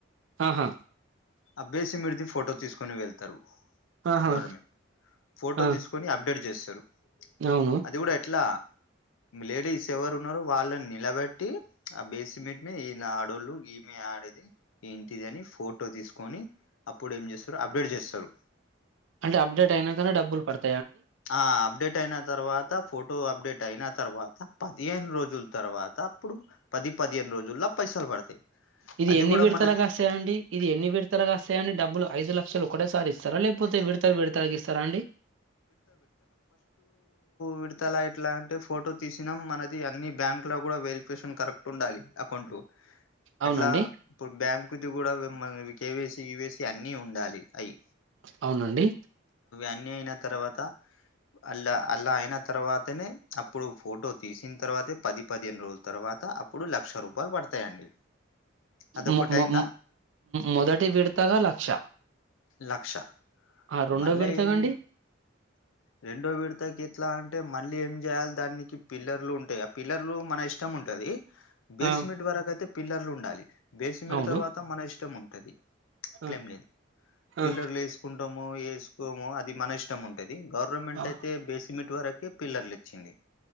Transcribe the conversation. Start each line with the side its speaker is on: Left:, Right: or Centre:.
Right: ఆహా
Left: ఆ బే సిమిడితి ఫోటో తీసుకొని వెళ్తారు
Right: ఆహా
Left: గవర్నమెంట్ ఫోటో
Right: ఆ
Left: తీసుకొని అప్డేట్ చేస్త తరు
Right: అవును
Left: అది కూడా ఎట్లా లేడీస్ ఎవరు ఉన్నారో వాళ్ళని నిలబెట్టి ఆ బేసిమెట్ మీ ఈ ఆడోళ్ళు ఈమె ఆడేది ఏంటిది అని ఫోటో తీసుకొని అప్పుడు ఏం చేస్తారు అప్డేట్ చేస్తారు
Right: అంటె అప్డేట్ అయినాకనే డబ్బులు పడుతుంది
Left: ఆ అప్డేట్ అయినా తర్వాత త ఫోటో అప్డేట్ అయిన తర్వాత పదిహేను రోజుల తర్వాత అప్పుడు పది పదిహేను రోజుల్లో పైసలు పడతాయి
Right: ఇది
Left: అది
Right: ఎన్ని
Left: కూడా
Right: విడతలుగాస్తేయండి
Left: మనది
Right: ఇది ఎన్ని విడతలుగాస్తేయండి డబ్బులు ఐదు లక్ష ఒక్కటే సారి స సర లేకపోతే విడతల్ విడతల్ గా ఇస్తరండి
Left: విడతలా ఎట్లా అంటే ఫోటో తీసినా మనది అన్ని బ్యాంక్ లో కూడా వెరిఫికేషన్ కరెక్ట్ ఉండాలి అకౌంట్ లో
Right: అవునండి
Left: ఎట్లా ఇప్పుడు బ్యాంకుది కూడా మమ్మల్ కేవైసి ఈవైసి అన్ని ఉండాలి అయ్
Right: అవునండి
Left: అన్నీ అయిన తర్వాత అల్లా అల్లా అయిన తర్వాతనే అప్పుడు ఫోటో తీసిన తర్వాతే పది పది పదేను రోజుల తరువాత అప్పుడు లక్ష రూపాయలు పడతాయండి అదొకటి
Right: మొ మొ
Left: అయిందా
Right: మొదటి విడతల లక్ష
Left: లక్ష
Right: ఆ రెండో
Left: మల్ల
Right: విడతగా
Left: ఎం
Right: అండి
Left: రెండో విడుత కె ఎట్లా అంటే మళ్ళీ ఏం చేయాలి దానికి పిల్లర్లు ఉంటాయి ఆ పిల్లర్లు మన ఇష్టం ఉంటది బేస్మెట్
Right: ఆ
Left: వరకైతే పిల్లర్లు ఉండాలి బేస్మెట్
Right: అవును
Left: తర్వాత మన ఇష్టం ఉం టది ఇట్లేమ్
Right: ఆ
Left: లేదు
Right: ఆ
Left: పిల్లర్లు వేసుకుంటా ము ఏసు కోమో అది మన ఇష్ ష్టం ఉంటది ది గవర్నమెంట్
Right: ఆ
Left: అయితే బేస్మ్ సిమెట్ వరకే పిల్లర్లు ఇచ్చింది